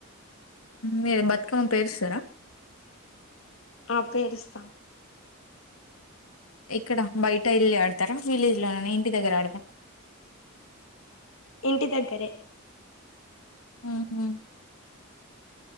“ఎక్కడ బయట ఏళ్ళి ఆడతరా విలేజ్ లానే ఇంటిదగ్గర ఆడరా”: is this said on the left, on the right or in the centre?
Left